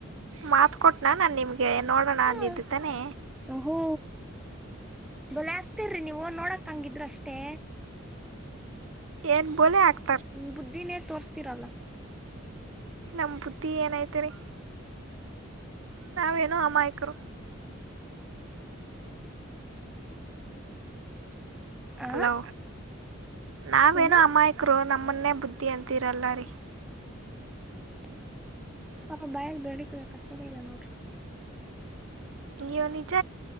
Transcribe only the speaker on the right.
ಮಾತ್ ಕೊಟ್ನಾ ನಾ ನಿಮ ಗೆ ನೋಡೋಣ
ಅಂದಿದ್ದು ತಾನೆ
ಏನ್ ಬ ಆ
ನಮ್ ಬುತ್ತಿ ಏನಾಯ್ತರಿ ನಾ ವೇಣು ಅಮ್ಮಾಯಕರೋ
ಹಲೋ ನಾ ವಣು
ಅಮ್ಮಕರೋ ನಮ್ಮ ನಮ್ಮನ್ನೇ ಬುದ್ಧಿ ಅಂತೀರಲ್ಲ ರೀ
ಅಯ್ಯ ನಿಜ